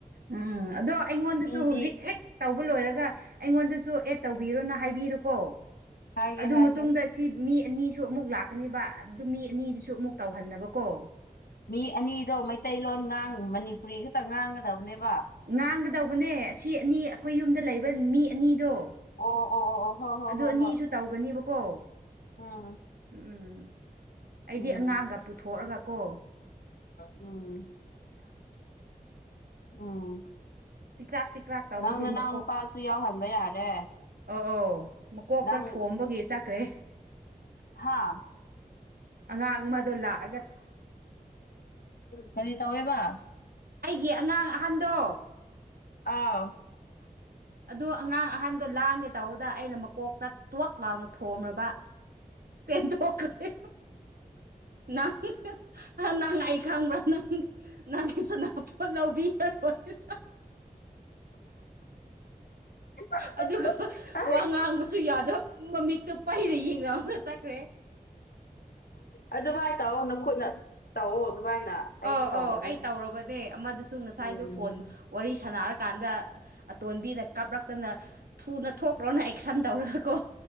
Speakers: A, on the right; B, on the left.
A: ꯎꯝꯎꯝ ꯑꯗꯣ ꯑꯩꯉꯣꯟꯗꯁꯨ
B: ꯃꯤꯗꯤ
A: ꯍꯧꯖꯤꯛ ꯍꯦꯛ ꯇꯧꯕ ꯂꯣꯏꯔꯒ ꯑꯩꯉꯣꯟꯗꯁꯨ ꯑꯦꯠ ꯇꯧꯕꯤꯔꯣꯅ ꯍꯥꯏꯕꯤꯔꯨꯀꯣ꯫
B: ꯍꯥꯏꯒꯦ
A: ꯑꯗꯨ
B: ꯍꯥꯏꯒꯦ
A: ꯃꯇꯨꯡꯗ ꯁꯤ ꯃꯤ ꯑꯅꯤꯁꯨ ꯑꯃꯨꯛ ꯂꯥꯛꯀꯅꯤꯕ ꯑꯗꯨ ꯃꯤ ꯑꯅꯤꯗꯨꯁꯨ ꯑꯃꯨꯛ ꯇꯧꯍꯟꯅꯕꯀꯣ꯫
B: ꯃꯤ ꯑꯅꯤꯗꯣ ꯃꯩꯇꯩꯂꯣꯟ ꯉꯥꯡ ꯃꯅꯤꯄꯨꯔꯤ ꯈꯛꯇ ꯉꯥꯡꯒꯗꯕꯅꯦꯕ꯫
A: ꯉꯥꯡꯒꯗꯧꯕꯅꯦ ꯑꯁꯤ ꯑꯅꯤ ꯑꯩꯈꯣꯏ ꯌꯨꯝꯗ ꯂꯩꯕ ꯃꯤ ꯑꯅꯤꯗꯣ꯫
B: ꯑꯣ ꯑꯣ ꯑꯣ ꯑꯣ꯫ ꯍꯣꯏ ꯍꯣꯏ
A: ꯑꯗꯨ
B: ꯍꯣꯏ
A: ꯑꯅꯤꯁꯨ
B: ꯍꯣꯏ
A: ꯇꯧꯒꯅꯤꯕꯀꯣ꯫
B: ꯎꯝ
A: ꯎꯝ ꯑꯩꯗꯤ
B: ꯎꯝ
A: ꯑꯉꯥꯡꯒ ꯄꯨꯊꯣꯛꯔꯒꯀꯣ
B: ꯎꯝ ꯎꯝ ꯎꯝ
A: ꯇꯤꯀ꯭ꯔꯥꯛ ꯇꯤꯀ꯭ꯔꯥꯛ ꯇꯧꯕꯒꯤ
B: ꯅꯪ ꯅꯅꯥꯎ
A: ꯃꯀꯣꯛ
B: ꯅꯨꯄꯥꯁꯨ ꯌꯥꯎꯍꯟꯕ ꯌꯥꯔꯦ
A: ꯑ ꯑꯧ ꯃꯀꯣꯛꯇ
B: ꯅꯪ
A: ꯊꯣꯝꯕꯒꯤ ꯆꯠꯈ꯭ꯔꯦ
B: ꯍꯥꯥ
A: ꯑꯉꯥꯡ ꯑꯃꯗꯣ ꯂꯛ
B: ꯀꯔꯤ ꯇꯧꯋꯦꯕ
A: ꯑꯩꯒꯤ ꯑꯉꯥꯡ ꯑꯍꯟꯗꯣ
B: ꯑꯥꯎ
A: ꯑꯗꯨ ꯑꯉꯥꯡ ꯑꯍꯟꯗꯣ ꯂꯥꯡꯒꯦ ꯇꯧꯕꯗ ꯑꯩꯅ ꯃꯀꯣꯛꯇ ꯇꯣꯛ ꯂꯥꯎꯅ ꯊꯣꯝꯔꯕ ꯆꯦꯟꯊꯣꯛꯈ꯭ꯔꯦ ꯅꯪ ꯅꯪꯅ ꯑꯩ ꯈꯪꯕ꯭ꯔꯥ ꯅꯪ ꯅꯪꯒꯤꯁꯨ ꯅꯥꯄꯣꯠ ꯂꯧꯕꯤꯔꯣꯏꯅ
B: <inaudible>
A: ꯑꯗꯨꯒ
B: ꯑꯥꯏ
A: ꯋꯥ ꯉꯥꯡꯕꯁꯨ ꯌꯥꯗ ꯃꯃꯤꯛꯇꯣ ꯄꯩꯔ ꯌꯦꯡꯔꯝꯃꯒꯥ ꯆꯠꯈ꯭ꯔꯦ
B: ꯑꯗꯨꯃꯥꯏ ꯇꯧꯑꯣ ꯅꯈꯨꯠꯅ ꯇꯧꯑꯣ ꯑꯗꯨꯃꯥꯏꯅ ꯑꯩꯗꯤ
A: ꯑꯣ
B: ꯇꯧꯕꯅꯦ
A: ꯑꯣ ꯑꯩ ꯇꯧꯔꯕꯅꯦ ꯑꯃꯗꯨꯁꯨ ꯉꯁꯥꯏꯁꯨ
B: ꯎꯝ
A: ꯐꯣꯟ ꯋꯥꯔꯤ ꯁꯥꯟꯅꯔꯀꯥꯟꯗ ꯑꯇꯣꯟꯕꯤꯗ ꯀꯥꯞꯔꯛꯇꯅ ꯊꯨꯅ ꯊꯣꯛꯈ꯭ꯔꯣꯅ ꯑꯦꯛꯁꯟ ꯇꯧꯔꯒꯀꯣ